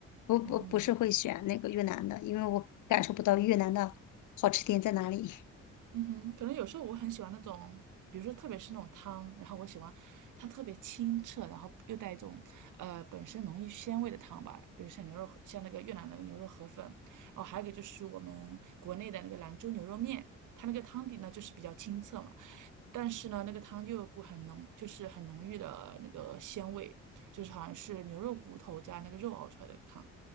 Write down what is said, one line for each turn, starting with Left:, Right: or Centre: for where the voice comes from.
Left: 不不不是会选那个越南的，
Right: 嗯。
Left: 因为我感受不到越南的好吃点在哪里。<laughs>
Right: 嗯哼，可能有时候我很喜欢那种，比如说特别是那种汤，然后我喜欢它特别清澈，然后又带一种呃本身浓郁鲜味的汤吧，比如像牛肉，像那个越南的牛肉河粉，哦，还有一个就是我们国内的那个兰州牛肉面，它那个汤底呢就是比较清澈嘛，但是呢那个汤又有股很浓，就是很浓郁的那个鲜味，就是好像是牛肉骨头加那个肉熬出来的汤，